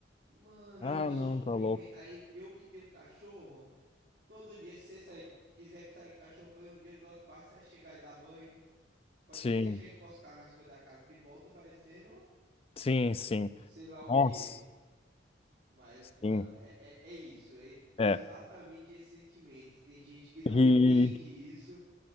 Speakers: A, on the right; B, on the left.
A: Mano,
B: Ah,
A: é um sofrimento.
B: não, tá louco.
A: Aí eu que tenho cachorro, todo dia se você sair, quiser que sair com cachorro pra ir um dia no dog park, você vai chegar e dar banho. Pode
B: Sim,
A: nem deixar encostar nas coisas da casa, que volta parecendo
B: sim, sim.
A: sei lá o
B: Nossa,
A: quê. Mas, mano,
B: sim.
A: é, é, é isso, é exatamente
B: É.
A: esse sentimento. Tem gente que não
B: E.
A: entende isso.